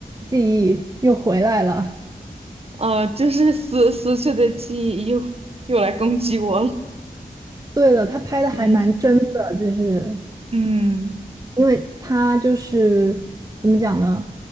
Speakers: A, on the right; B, on the right.
A: 记忆又回来了。
B: 呃，就是死死去的记忆又又来攻击我了。
A: 对了，他拍的还蛮真的，
B: 嗯
A: 就是
B: 嗯
A: 因为他就是怎么讲呢？